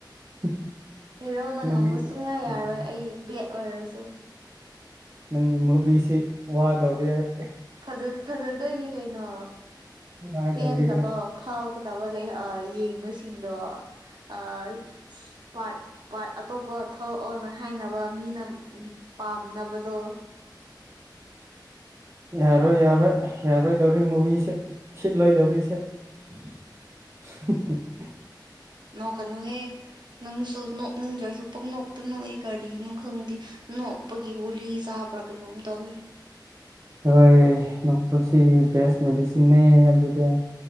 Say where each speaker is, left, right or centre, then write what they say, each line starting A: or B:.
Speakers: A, on the right; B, on the right.
A: <unintelligible>
B: ꯍꯦꯔꯣꯅ
A: ꯅꯪꯒꯤ
B: ꯉꯝꯕ ꯁꯨꯡꯌꯥ
A: ꯎꯝ
B: ꯌꯥꯔꯣꯏ ꯑꯩ ꯕꯦꯠ ꯑꯣꯏꯔꯁꯨ
A: ꯅꯪꯒꯤ ꯃꯨꯚꯤꯁꯤ ꯋꯥꯗꯧꯔꯤꯍꯥꯏ
B: ꯐꯖ ꯐꯖꯗꯣꯏꯅꯤ ꯀꯩꯅꯣ
A: ꯅꯨꯡꯉꯥꯏꯗꯧꯔꯤ
B: ꯄꯦꯟꯗꯕ ꯐꯥꯎ ꯗꯕ ꯂꯩ ꯑ ꯌꯦꯡꯕꯁꯤꯡꯗꯣ ꯑꯁ ꯄꯥꯔꯠ ꯄꯥꯔꯠ ꯑꯇꯣꯞꯄ ꯊ‌ꯣꯛꯂꯛꯑꯣꯅ ꯍꯥꯏꯅꯕ ꯃꯤꯅ ꯄꯥꯝꯅꯕꯗꯣ
A: ꯌꯥꯔꯣꯏ ꯌꯥꯔꯣꯏ ꯌꯥꯔꯣꯏꯗꯧꯔꯤ ꯃꯨꯚꯤꯁ‌ꯦ ꯁꯤꯠꯂꯣꯏꯗꯧꯔꯤꯁꯦ <inaudible>
B: ꯅꯣꯛ ꯀꯅꯨꯍꯦ ꯅꯪꯁꯨ ꯅꯣꯛꯅꯤꯡꯗ꯭ꯔꯁꯨ ꯄꯪꯅꯣꯛꯇ ꯅꯣꯛꯏ ꯀꯔꯤꯅꯣ ꯈꯪꯗꯦ ꯅꯣꯛꯄꯒꯤ ꯒꯨꯂꯤ ꯆꯥꯕ꯭ꯔꯥ ꯀꯩꯅꯣꯝ ꯇꯧꯋꯦ
A: ꯍꯣꯏ ꯅꯣꯛꯄꯁꯤ ꯕꯦꯁ ꯃꯦꯗꯤꯁꯤꯟꯅꯦ ꯍꯥꯏꯕꯗꯨꯗꯤ